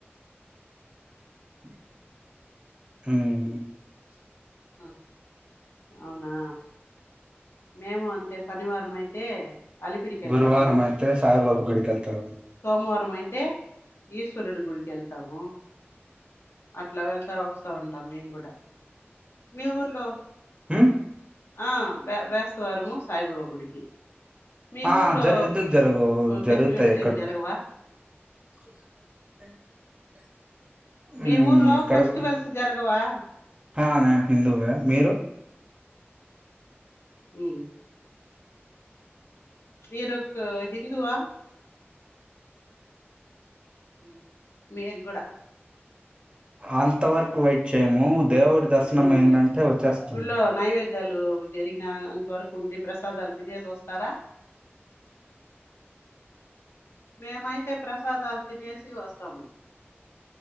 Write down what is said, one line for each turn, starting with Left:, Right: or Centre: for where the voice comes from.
Right: హుహ్
Left: ఆ అవునా మేము అంతే సనివారం అయితే అలిపిరికి ఏళ్తాము
Right: గురువారం అయితే సాయిబాబు గుడికెళ్తాము
Left: సోమవారం అయితే ఈశ్వరుడి గుడికి ఏళ్తాము. అట్లా వెళ్తా వస్తా ఉంటాం మేమ్ కూడా మీ ఊర్లో
Right: హు్
Left: ఆ భే భేస్తవారము సాయిబాబా గుడికి మీ
Right: ఆ
Left: ఊర్లో
Right: జరు ఎందుకు జరగవు జరుగుతాయి
Left: ఫెస్టివల్స్ ఏమి జరగవా
Right: సు <inaudible> హుహ్
Left: మీ ఊర్లో
Right: ఇక్కడ
Left: ఫెస్టివల్స్
Right: గూడు
Left: జరగవా
Right: హా నేను హిందువే మీరు
Left: ఉహ్ మీరు ఒక హిందువా హుహ్ మేగూడా
Right: అంత వరకు వెయిట్ చేయముద్. దేవుడి దర్శనం
Left: ఉమ్
Right: అయిందంటే వచ్చేస్తాం
Left: గుళ్ళో నైవేద్యాలు జరిగిన అంత వరకు ఉండి ప్రసాదాలు తినేసి వస్తారా <inaudible> మేమైతే ప్రసాదాలు తినేసి వస్తాము